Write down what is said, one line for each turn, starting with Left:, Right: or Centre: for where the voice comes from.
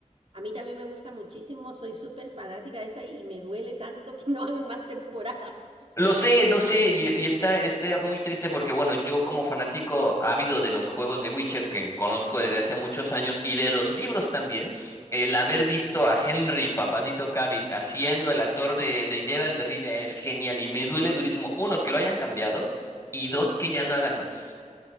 Right: A mí también me gusta muchísimo, soy súper fanática de esa y me duele tanto que <laughs> no hagan más temporadas.
Left: Lo sé, no sé, y, y está, está muy triste porque, bueno, yo como fanático ávido de los juegos de Witcher que conozco desde hace muchos años y de los libros también, el haber visto a Henry Papacito Cavill haciendo
Right: Ah,
Left: el actor
Right: vale.
Left: de, de Geralt de Rivia es genial y me duele durísimo, uno, que lo hayan cambiado y
Right: Sí,
Left: dos, que ya no hagan más.